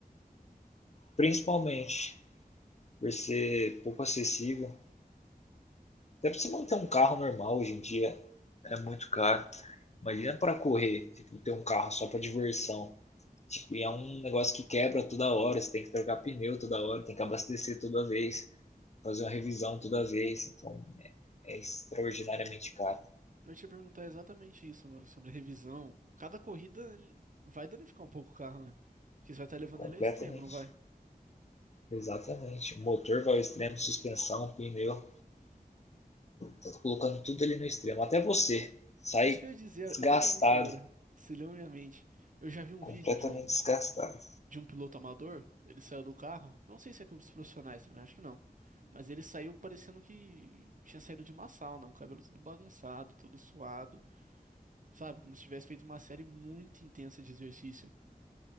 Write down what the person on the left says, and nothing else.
Principalmente por ser pouco acessível. Até para você manter um carro normal hoje em dia é muito caro. Imagina para correr, tipo, ter um carro só para diversão. Tipo, e é um negócio que quebra toda hora, você tem que trocar pneu toda hora, tem que abastecer toda vez, fazer uma revisão toda vez. Então é extraordinariamente caro.
Completamente.
Exatamente. Motor vai ao extremo, suspensão, pneu. Tá colocando tudo ali no extremo. Até você sai
desgastado,
completamente
desgastado.